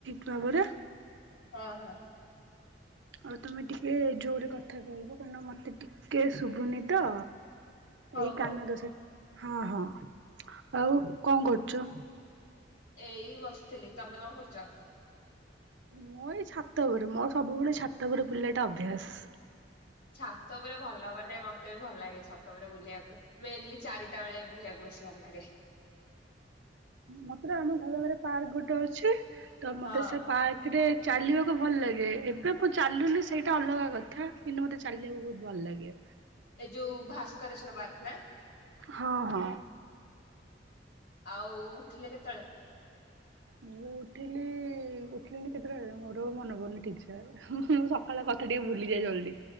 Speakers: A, on the right (about 80°); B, on the left (about 75°).
A: ତାପରେ
B: ହଁ ହଁ।
A: ଆଉ ତମେ ଟିକେ ଜୋରରେ କଥା କହିବ କାରଣ ମତେ ଟିକେ ଶୁଭୁନି ତ।
B: ହଉ
A: ଏଇ କାନ
B: ହଉ
A: ଦୋସ ହଁ ହଁ ଆଉ କଣ କରୁଚ?
B: ଏଇ ବସିଥିଲି ତମେ କଣ କରୁଚ?
A: ମୁଁ ଏଇ ଛାତ ଉପରେ ମୋର ସବୁବେଳେ ଛାତ ଉପରେ ବୁଲିବାଟା ଅଭ୍ୟାସ।
B: ଛାତ ଉପରେ ଭଲ ମାନେ ମତେ ବି ଭଲ ଲାଗେ ଛାତ ଉପରେ ବୁଲିବାକୁ ମେନଲି ଚାରିଟା ବେଳେ ବୁଲିବାକୁ ବେଶୀ। ଭଲ ଲାଗେ।
A: ମତ୍ର ଆମ ଘରେ ଆଗରେ ପାର୍କ ଗୋଟେ ଅଛି ତ ମତେ
B: ହଁ
A: ସେ ପାର୍କ ସେଟେ ଚାଲିବାକୁ ଭଲ ଲାଗେ ଏବେ ମୁଁ ଚାଲୁନି ସେଇଟା ଅଲଗା କଥା କିନ୍ତୁ ମତେ ଚାଲିଲାକୁ ବୋହୁତ ଭଲ ଲାଗେ।
B: ଏଇ ଯୋଉ ଭାସ୍କରେଶ୍ଵର ପାର୍କ ନା?
A: ହଁ ହଁ।
B: ଆଉ ଉଠିଲେ କେତେବେଳେ?
A: ମୁଁ ଉଠିଲି ଉଠିଲିିନି କେତେଟା ବେଳେ ମୋର ମନ ପଡୂନି ଠିକ୍ ସେ। ହୁଁ ହୁଁ ସକାଳ କଥା ଟିକେ ଭୁଲିଯାଏ ଜଲ୍ଦି